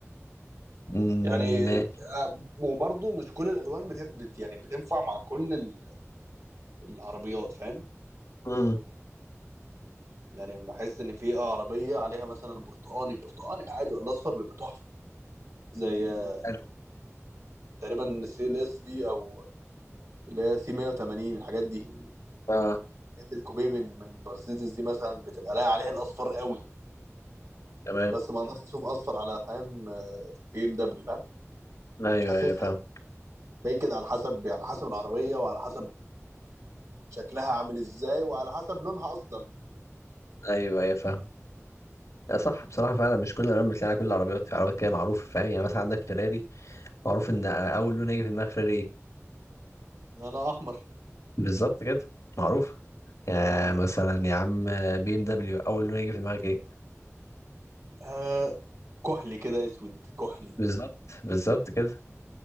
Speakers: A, on the left (about 65°); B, on the right (about 65°).
A: مم،
B: يعني
A: ماشي
B: آه، وبرضه مش كل الالوان بت... بت... يعني بتنفع مع كل ال- العربيات فاهم
A: مم،
B: يعني بحس ان في عربيه عليها مثلا برتقاني برتقاني عادي ولا اصفر بيبقى تحفه زي آه،
A: حلو
B: تقريبا السي ال اس دي او اللي هي سي 180 الحاجات دي
A: اه
B: الكوبيبن من مرسيدس دي مثلا بتبقى لاقي عليها الاصفر قوي
A: تمام
B: بس ما اقدرش مم. اشوف اصفر على فاهم آه، بي ام دبليو فاهم
A: ايوه
B: مش حاسسها
A: ايوه فاهم
B: فهي كده على حسب على حسب العربيه وعلى حسب شكلها عامل ازاي وعلى حسب لونها اصلا
A: ايوه ايوه فاهم لا صح بصراحة فعلا مش كل الألوان بتلاقي على كل العربيات في عربيات كده معروفة فاهم يعني مثلا عندك فيراري معروف إن أول لون هيجي في دماغ فيراري إيه؟
B: انا احمر
A: بالظبط كده معروف يعني
B: امم
A: مثلا يا عم بي ام دبليو اول ما يجي في دماغك ايه
B: آه كحلي كده اسود كحلي
A: بالظبط بالظبط كده